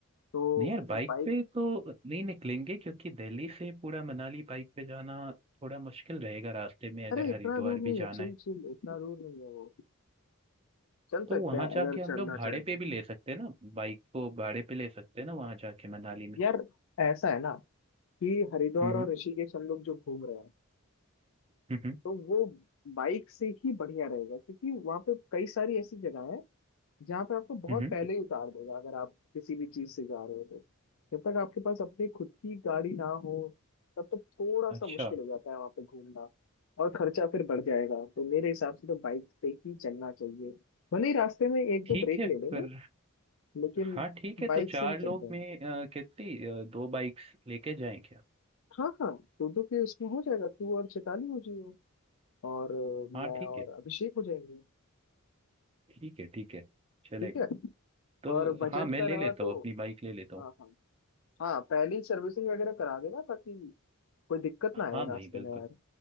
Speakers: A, on the left; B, on the right.
A: तो
B: नहीं यार बाइक
A: बाइक
B: पे तो नहीं निकलेंगे क्योंकि दिल्ली से पूरा मनाली बाइक पे जाना थोड़ा मुश्किल रहेगा रास्ते में अगर
A: अरे इतना
B: हरिद्वार
A: दूर नहीं
B: भी
A: है
B: जाना
A: चिल
B: है
A: चिल इतना दूर नहीं है वो चल
B: तो
A: सकते
B: वहां
A: हैं
B: जाके
A: अगर
B: हम
A: चलना
B: लोग भाड़े
A: चाहे तो।
B: पे भी ले सकते हैं ना बाइक को भाड़े पे ले सकते हैं ना वहां जाके मनाली में
A: यार ऐसा है ना कि हरिद्वार
B: हम्म
A: और ऋषिकेश हम लोग जो घूम रहे हैं
B: हम्म
A: तो वो बाइक से ही बढ़िया रहेगा क्योंकि वहां पे कई सारी ऐसी जगह है जहाँ पे आपको बहुत
B: हम्म
A: पहले ही उतार देगा अगर आप किसी भी चीज से जा रहे हो तो जब तक आपके पास अपनी खुद की गाड़ी ना हो तब तक थोड़ा सा
B: अच्छा
A: मुश्किल हो जाता है वहां पे घूमना और खर्चा फिर बढ़ जाएगा तो मेरे हिसाब से तो बाइक पे ही चलना चाहिए भले ही रास्ते में एक दो
B: ठीक
A: ब्रेक
B: है
A: ले लेंगे
B: फिर
A: लेकिन
B: हाँ ठीक है
A: बाइक
B: तो चार
A: से ही
B: लोग
A: चलते हैं
B: में अ, कितनी अ, दो बाइक्स लेके जाएं क्या
A: हाँ हाँ दो दो के उसमें हो जाएगा तू और चैताली हो जाइए और अ,
B: हाँ
A: मैं
B: ठीक
A: और
B: है
A: अभिषेक हो जाएंगे
B: ठीक है ठीक है चले
A: ठीक है
B: तो
A: और बजट
B: हाँ मैं
A: का
B: ले
A: रहा
B: लेता
A: तो
B: हूँ अपनी बाइक ले लेता हूँ
A: हाँ हाँ हाँ पहले ही सर्विसिंग वगैरह करा देना ताकि कोई दिक्कत
B: हाँ
A: ना आए
B: भाई
A: रास्ते
B: बिल्कुल
A: में यार